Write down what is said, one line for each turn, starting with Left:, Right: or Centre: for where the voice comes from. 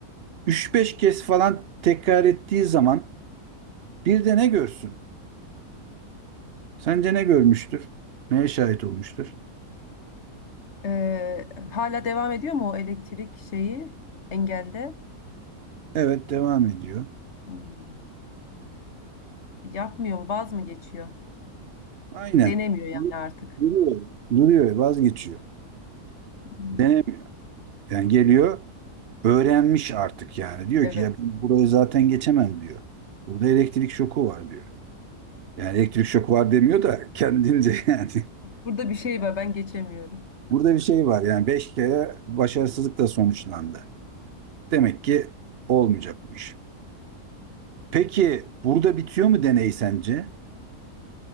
Right: Üç beş kez falan tekrar ettiği zaman bir de ne görsün? Sence ne görmüştür? Neye şahit olmuştur?
Left: Ee, hala devam ediyor mu o elektrik şeyi engelde?
Right: Evet devam ediyor.
Left: Hmm. Yapmıyor mu? Vaz mı geçiyor?
Right: Aynen.
Left: Denemiyor yani artık.
Right: Duruyor. Duruyor vazgeçiyor.
Left: Hmm.
Right: Denemiyor. Yani geliyor öğrenmiş artık yani. Diyor
Left: Evet.
Right: ki ya burayı zaten geçemem diyor. Burada elektrik şoku var diyor. Yani elektrik şoku var demiyor da kendince <laughs> yani.
Left: Burada bir şey var ben geçemiyorum.
Right: Burada bir şey var yani beş kere başarısızlıkla sonuçlandı. Demek ki olmayacakmış. Peki burada bitiyor mu deney sence?